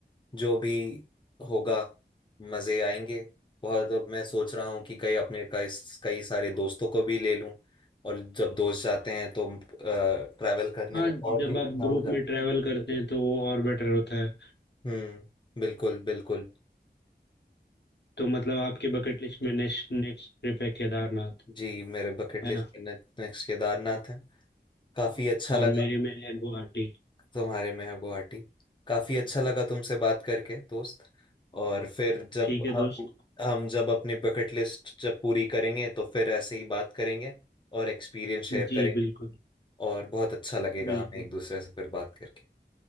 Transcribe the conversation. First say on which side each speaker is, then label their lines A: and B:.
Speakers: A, on the left; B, on the left.
A: जो भी होगा मजे आएंगे बहुत अब मैं सोच रहा हूँ कि कई अपने कई कई सारे दोस्तों को भी ले लूं और जब दोस्त जाते हैं तो ट्रैवल करने
B: हाँ
A: में और
B: जब
A: भी
B: आप
A: अच्छा
B: ग्रुप
A: हो जाता
B: में ट्रैवल करते हैं तो वो और बेटर होता है
A: है। हम्म बिल्कुल बिल्कुल
B: तो मतलब आपके बकेट लिस्ट में नेक्स्ट नेक्स्ट ट्रिप है केदारनाथ
A: जी मेरे बकेट
B: है
A: लिस्ट
B: ना
A: में नेक्स्ट केदारनाथ है काफी अच्छा लगा
B: और मेरे में है गुवाहाटी
A: तुम्हारे में है गुवाहाटी काफी अच्छा लगा तुमसे बात करके दोस्त और फिर जब
B: ठीक है दोस्त
A: हम हम जब अपनी बकेट लिस्ट जब पूरी करेंगे तो फिर ऐसे ही बात करेंगे और एक्सपीरियंस शेयर
B: जी
A: करेंगे
B: बिल्कुल
A: और बहुत अच्छा लगेगा
B: बिल्कुल
A: हमें एक दूसरे से फिर बात करके